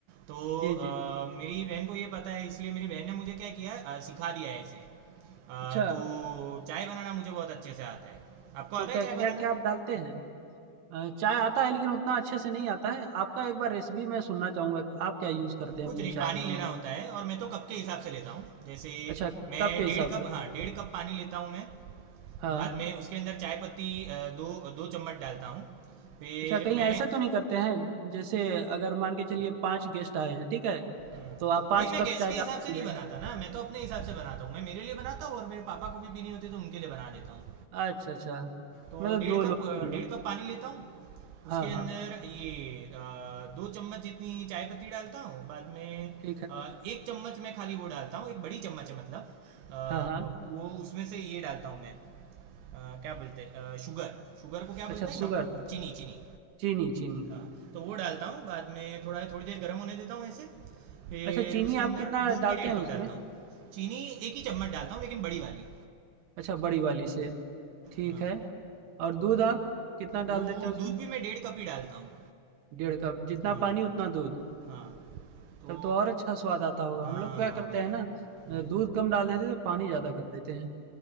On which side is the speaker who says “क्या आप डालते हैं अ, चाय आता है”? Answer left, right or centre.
Right